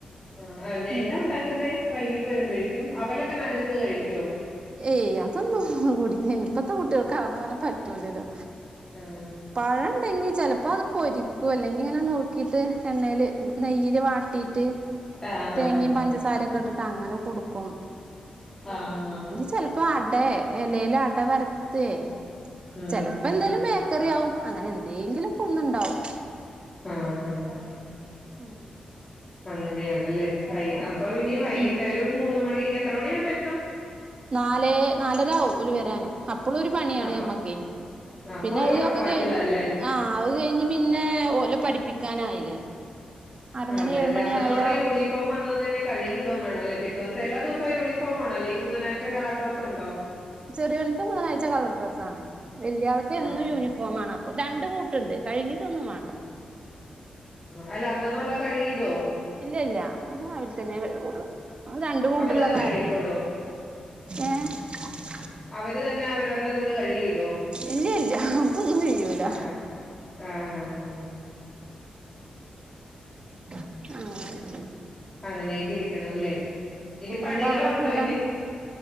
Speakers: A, on the left; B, on the right.
A: ആ
B: ഉം
A: ഉണ്ടാക്കുന്നെ വൈകീട്ട് വരുമ്പോഴേക്കും അവലൊക്കെ നനച്ചത് കഴിക്കുവോ
B: ഏയ് അതൊന്നും കൂട ഇപ്പത്തെ കുട്ടികൾക്ക് അങ്ങനെ പറ്റൂലല്ലോ
A: ആഹ്
B: പഴം ഉണ്ടെങ്കി ചിലപ്പോ അത് പൊരിക്കൂ അല്ലെങ്കി ഇങ്ങനെ നുറുക്കിട്ട് എന്നെയിൽ നെയ്യൽ വാട്ടിയിട്ട്
A: ആഹ്
B: തേങ്ങയും
A: ആഹ് ആഹ്
B: പഞ്ചസാരൊക്കെ ഇട്ടിട്ട് അങ്ങനെ കൊടുക്കും
A: ആഹ ആഹ
B: ചെിലപ്പോ അട ഇലല അട വറത്ത്
A: ഉം
B: ചെിലപ്പോ
A: ഉം
B: എന്തായാലും ബേക്കറി ആവും അങ്ങനെ എന്തെങ്കിലും കൊന്നുണ്ടാവും
A: ആഹ് ഹഹ
B: ആ
A: അങ്ങനെയാണല്ലേൈ അപ്പൊ ഇനി വൈകിട്ട്
B: ഉം
A: ഒരു മൂന്ന് മണി എത്ര മണി ആകുമ്പോ എത്തും
B: നാലേ നാലരവുംല് വരാാന് അപ്പളും ഒരു പണിയാണ്
A: അപ്പം
B: മ്മക്ക്
A: അപ്പൊ
B: പിന്നെ
A: ഒരു
B: അതൊക്കെ
A: ഓട്ടപ്പാച്ചിലല്ലേ
B: അത് കഴിഞ്ഞ് ആ അത് കഴിഞ്ഞ് പിന്നെ പഠിപ്പിക്കാനായില്ലേ ആറുമണി
A: അതെ
B: ഏഴുമണി
A: അതെ അന്നുള്ള
B: ആയാ
A: യൂണിഫോം അന്നന്ന് തന്നെ കഴുകി ഇടവാൻ വേണോല്ലേ പിറ്റേ ദിവസ എല്ലാം ദിവസോം യൂണിഫോം ആണോ അല്ലെങ്കിൽ ബുധനാഴ്ച കളർ ഡ്രസ്സ് ഉണ്ടോ
B: ചെറിയനിക്ക് ബുധനാഴ് കളർ ഡ്രസ്സ് ആണ് വല്യയാൾക്ക് എന്നും
A: ആഹ്
B: യൂണിഫോം ആണ് രണ്ട് കൂട്ടുണ്ട് കഴുകിട്ടൊന്നും വേണ്ട
A: അയില് അന്നന്നുള്ള കഴുകി ഇടൊ
B: ഇല്ല ഇല്ല അത് രാവിൽതന്നെ കെഴുകൊള്ളു അത് രണ്ട് കൂട്ടരിള്ള
A: അവര് തന്നെ
B: കാരനേ
A: കഴുകിക്കോളുവോ
B: എ <unintelligible>
A: അവര് തന്നെ അവരവർടെ തുണി കഴുകിയിടോ
B: ഇല്ല ഇല്ല അതൊന്നും ചെയ്യൂല
A: ആഹ്‌ ആഹ്‌ ആഹ് ആ
B: ആ <inaudible>
A: അങ്ങനേക്കെ ഇരിക്കണുല്ലേ ഇനി പണികളൊണ്ടോ
B: എന്താ അവിടെ കൂട്ടാൻ
A: ഇനി